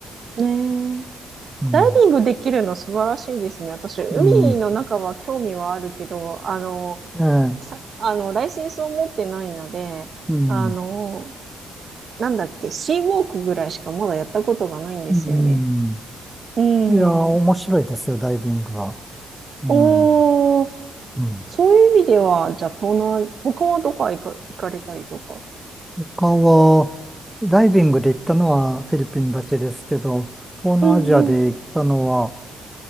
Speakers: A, on the right (about 50°); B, in the centre.
A: ねえ。
B: うん、
A: ダイビングできるの素晴らしいですね。私、海の中は興味はあるけど、
B: うん、
A: あの、
B: ええ、
A: さ、あの、ライセンスを持ってないので、
B: うん、
A: あの、なんだっけ、シーウォークぐらいしかまだやったことがないんですよね。
B: うん。
A: うん。
B: いや、面白いですよ、ダイビングは。うん、
A: おー、
B: うん。
A: そういう意味では、じゃあ、東南、他はどこ行か、行かれたりとか。
B: 他は、ダイビングで行ったのはフィリピンだけですけど、東南アジアで行ったのは、
A: うんうん。